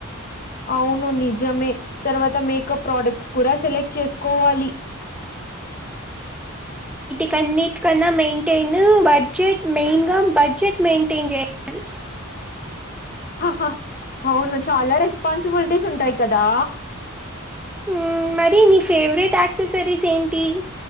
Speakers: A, on the left (about 40°); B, in the centre.
A: అవును నిజమే తర్వాత మేకప్ ప్రోడక్ట్స్ కూడా సెలెక్ట్ చేసుకోవాలి
B: కన్నీటికన్నా మెయింటైన్ బడ్జెట్ మెయిన్ గా బడ్జెట్ మెయింటైన్ చేయాలి
A: ఆహా అవును చాలా రెస్పాన్సిబిలిటీస్ ఉంటాయి కదా
B: ఉ మరి నీ ఫేవరెట్ అక్సెసరీస్ ఏంటి